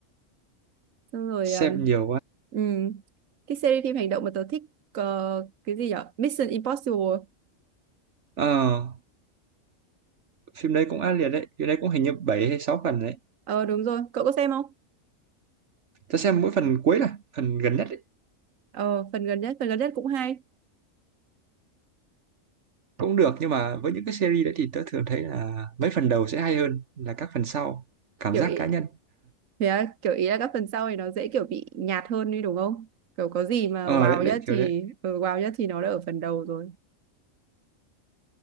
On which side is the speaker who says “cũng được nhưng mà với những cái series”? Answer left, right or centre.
Right